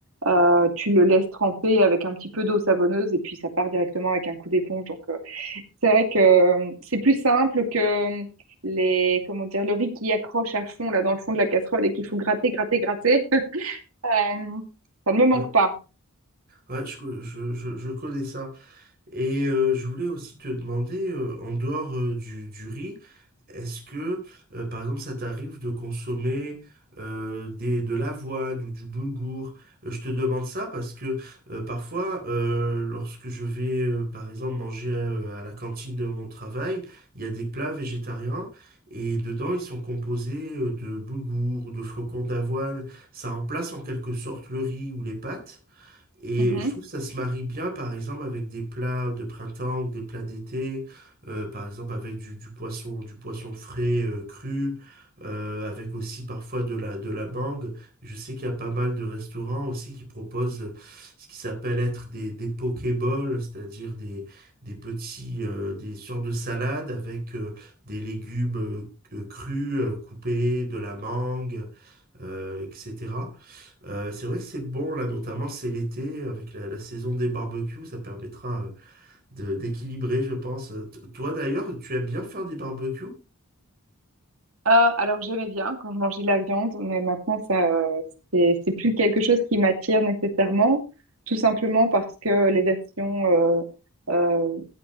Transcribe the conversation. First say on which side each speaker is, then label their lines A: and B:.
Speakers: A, on the right; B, on the right.
A: Euh, tu le laisses tremper avec un petit peu d'eau savonneuse et puis ça part directement avec un coup d'éponge. Donc, euh, c'est vrai que euh, c'est plus simple que les, comment dire, le riz qui accroche à fond là dans le fond de la casserole et qu'il faut gratter, gratter, gratter. Euh, ça ne me manque
B: Ouais,
A: pas.
B: Ouais, je, co- je, je- je connais ça. Et euh, je voulais aussi te demander, euh, en dehors euh, du, du riz, est-ce que, euh, par exemple, ça t'arrive de consommer euh, des, de l'avoine ou du boulgour? Euh, je te demande ça parce que euh, parfois, euh, lorsque je vais, euh, par exemple, manger euh, à, la cantine de mon travail, il y a des plats végétariens et dedans, ils sont composés euh, de boulgour ou de flocons d'avoine. Ça remplace en quelque sorte le riz ou les pâtes. Et
A: Mhm.
B: je trouve que ça se marie bien, par exemple, avec des plats de printemps ou des plats d'été, euh, par exemple avec du, du poisson, du poisson frais, euh, cru, euh, avec aussi parfois de la, de la mangue. Je sais qu'il y a pas mal de restaurants aussi qui proposent ce qui s'appelle être des, des pokéballs, c'est-à-dire des, des petits, euh, des sortes de salades avec euh, des légumes euh, crus, euh, coupés, de la mangue euh, etc. Euh, c'est vrai que c'est bon, là, notamment, c'est l'été, avec la, la saison des barbecues, ça permettra euh, de- d'équilibrer, je pense. Euh, t- Toi, d'ailleurs, tu aimes bien faire des barbecues?
A: Euh, alors j'aimais bien quand je mangeais de la viande, mais maintenant ça, euh, c'est, c'est plus quelque chose qui m'attire nécessairement, tout simplement parce que les versions euh, euh,